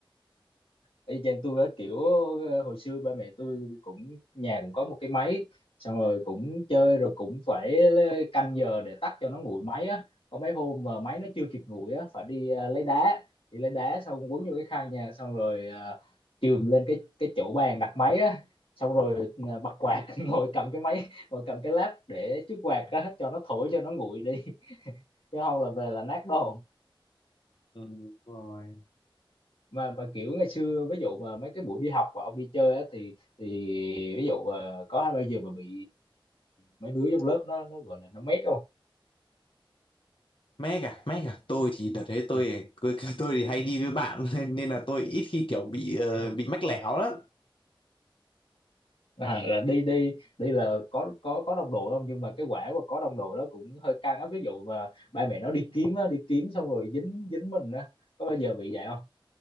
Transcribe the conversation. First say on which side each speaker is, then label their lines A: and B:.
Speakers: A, on the left; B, on the left.
A: y chang tôi á kiểu ờ, hồi xưa ba mẹ tôi cũng nhà cũng có một cái máy xong rồi cũng chơi rồi cũng phải lê- canh giờ để tắt cho nó nguội máy á có mấy hôm mà máy nó chưa kịp nguội á phải đi ờ, lấy đá đi lấy đá xong quấn vô cái khăn nha xong rồi uh, chườm lên cái cái chỗ bàn đặt máy á xong rồi ờ, bật quạt <laughs> ngồi cầm cái máy ngồi cầm cái lab để trước quạt á cho nó thổi cho nó nguội đi chứ không là về là nát đồ
B: Ừ, đúng rồi.
A: mà mà kiểu ngày xưa ví dụ mà mấy cái buổi đi học và ông đi chơi á thì thì ví dụ ờ, có hai ba giờ mà bị mấy đứa trong lớp nó nó gọi là nó mét không
B: Mac à, Mac à, tôi thì đợt đấy tôi
A: à,
B: tôi, tôi thì hay đi với bạn <laughs> nên nên là tôi ít khi kiểu bị ờ, bị mách lẻo lắm.
A: à, là đi đi đi là có có có đồng đội không nhưng mà cái quả mà có đồng đội đó cũng hơi căng á ví dụ mà ba mẹ nó đi kiếm á đi kiếm xong rồi dính dính mình á có bao giờ bị vậy không